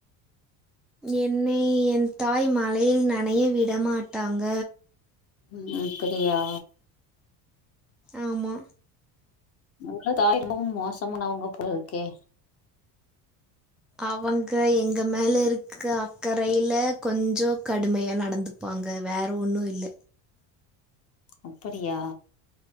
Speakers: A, in the centre; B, on the left (about 35°).
A: என்னை என் தாய் மழையில் நெனைய விடமாட்டாங்க
B: ம் அப்டியா
A: ஆமா
B: உங்க வீட்ல தாய் ரொம்ப மோசமானவங்க போலயிருக்கே
A: அவங்க எங்க மேல இருக்க அக்கறைல கொஞ்சோ கடுமையா நடந்து ப்பாங்க வேற ஒன்னு இல்ல
B: அப்படியா